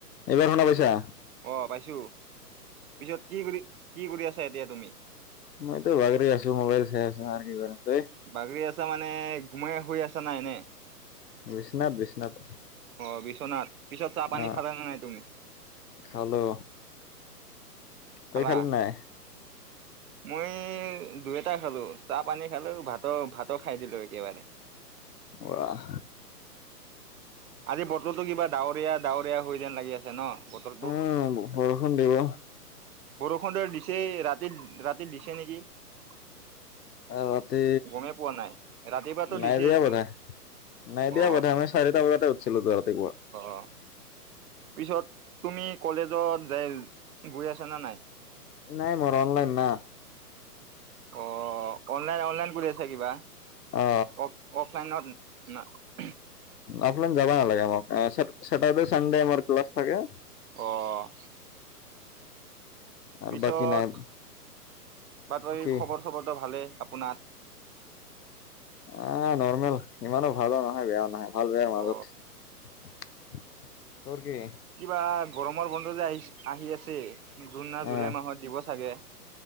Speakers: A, on the left; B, on the right.
A: এইবাৰ শুনা পাইছা।
B: অ, পাইছো। পিছত কি কৰি। কি কৰি আছা এতিয়া তুমি?
A: মইতো বাগৰি আছো, মোবাইল চাই আছো আৰু কি কৰেম।
B: বাগৰি আছো। মানে গুমাই শ আছা নাই নে।
A: বিশ্বনাথ বিশ্বনাথ।
B: অ বিশ্বনাথ। পিছত চাহ পানী
A: অ
B: খালান নাই তুমি?
A: খালো তই
B: খালা
A: খালি নাই?
B: মই দুই এটা খালো। চাহ পানী খালোঁ ভাতৰ ভাতৰ। খাই দিলো একেবাৰে।
A: আহ।
B: আজি বতৰতো কিবা ডাৱৰীয়া ডাৱৰীয়া হৈ যেন লাগি আছে ন। বতৰটো
A: উম বৰষুণ দিব।
B: খডৰ দিছে ৰাতি ৰাতি দিছে নেকি <unintelligible>
A: ৰাতি,
B: গমেই পোৱা নাই ৰাতিপুৱাতো
A: নাই
B: দিছেই
A: দিয়া বতাহ নাই দিয়া
B: অ
A: বতাহ। আমি চাৰিটা বজাততে উঠি। গুৱাহাটী পৰা।
B: অ পিছত তুমি কলেজত যাই গৈ আছ নে নাই।
A: নাই মোৰ অননলাইন না
B: অ অনলাইন অনলাইন কৰি আছা কিবা
A: অ
B: অফ অফলাইনত ন
A: আপোনালে যাব নালাগে মাক চাতাৰডে চানডে আমাৰ ক্লাছ থাকে
B: আহ
A: আৰু
B: পিছত
A: বাকী নাই
B: বাট বাকী
A: কি
B: খবৰ চবৰটো ভালে। আপোনাৰ
A: আহ নৰ্মেল ইমানো ভালো নহয় বেয়াও নহয়। ভাল বেয়া মাজত
B: অ
A: উম ঘোৰ কি
B: কিবা গৰমৰ বন্ধ যে আহি আহি আছে। জুন না
A: অ
B: জুলাই মাহত দিব চাগে।